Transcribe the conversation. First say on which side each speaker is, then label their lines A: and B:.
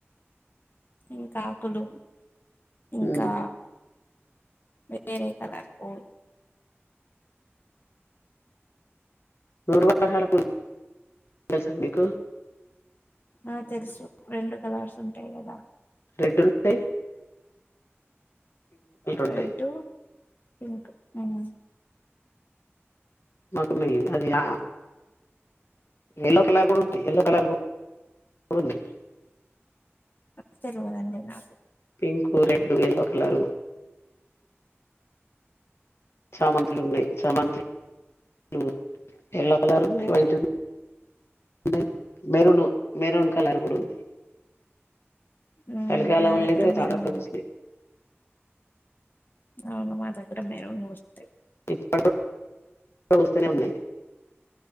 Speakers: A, on the left; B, on the left.
A: ఇంకా ఆకులు ఇంకా
B: ఉమ్
A: వేరే కలర్ పో
B: నూరు వారల వూలు తెలుసా మీకు
A: ఆ తెల్సు రెండు కలర్స్ ఉంటాయి కదా
B: రెడ్ ఉంటే ఉంటాయి
A: రెడ్ పింక్ హ్మ్
B: మకుమీ అది ఆ యల్లో కలర్ గూడా ఉంటాయ్ ఎయల్లో కలర్ గూడా ఉన్నాయ్
A: నాకు తెలవదండి నాకు
B: పింకు రెడ్డు ఎల్లో కలరు చామంతులున్నాయ్ చామంతులు ఎల్లో కలరు ఉంది వైట్ ఉ మె మెరూను మెరున్ కలర్ గూడా ఉంది
A: ఉమ్
B: సలికాలం
A: మా దగ్గర
B: లో అయితే
A: మెరూన్
B: చాలా పూస్తాయ్
A: ఉన్నాయి అవును మా దగ్గర మెరూన్ పూస్తాయ్
B: ఇ టి రో స్తనే ఉన్నాయ్